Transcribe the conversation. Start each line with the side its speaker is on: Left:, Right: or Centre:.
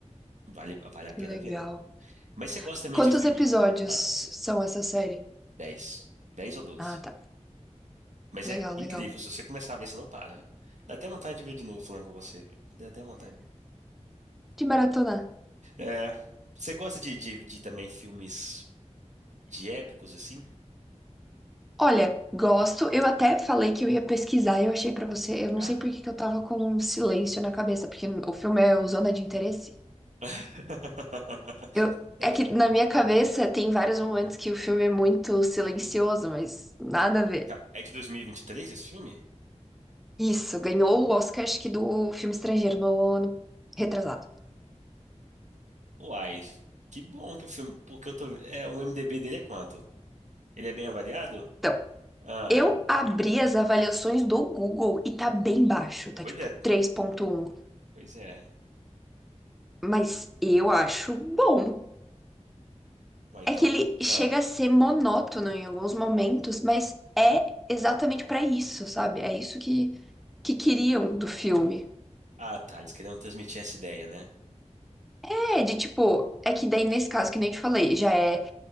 Right: Vale, vale a pena
Centre: que legal.
Right: ver. Mas você gosta também
Centre: Quantos
Right: de filme?
Centre: episódios
Right: Ah,
Centre: são essa série?
Right: 10 10 ou 12?
Centre: Ah, tá.
Right: Mas
Centre: Legal,
Right: é incrível,
Centre: legal.
Right: se você começar a ver, você não para. né? Dá até vontade de ver de novo falando com você. Dá até vontade.
Centre: De maratonar.
Right: É, você gosta de, de, de também filmes de épicos, assim?
Centre: Olha, gosto. Eu até falei que eu ia pesquisar, e eu achei pra você. Eu não
Right: Ah.
Centre: sei por que que eu tava com um silêncio na cabeça, porque o filme é o Zona de Interesse.
Right: <laughs>
Centre: Eu,
Right: Eu
Centre: é
Right: também.
Centre: que na minha cabeça tem vários momentos
Right: É.
Centre: que o filme é muito silencioso, mas nada a ver.
Right: Ca- é de 2023 esse filme?
Centre: Isso, ganhou o Oscar, acho que do filme estrangeiro no ano retrasado.
Right: Uai, que bom que o filme. Porque eu tô. É, o MDB dele é quanto? Ele é bem avaliado?
Centre: Então.
Right: Ah,
Centre: Eu abri as avaliações do Google e tá bem baixo, tá
Right: pois
Centre: tipo
Right: é,
Centre: três ponto um.
Right: pois é.
Centre: mas eu acho bom.
Right: Uai, então.
Centre: É que ele chega
Right: Ah,
Centre: a ser monótono em alguns momentos, mas é exatamente pra isso, sabe? É isso que que queriam do filme.
Right: ah, tá, eles queriam transmitir essa ideia, né?
Centre: É, de tipo, é que daí nesse caso que nem eu te falei, já é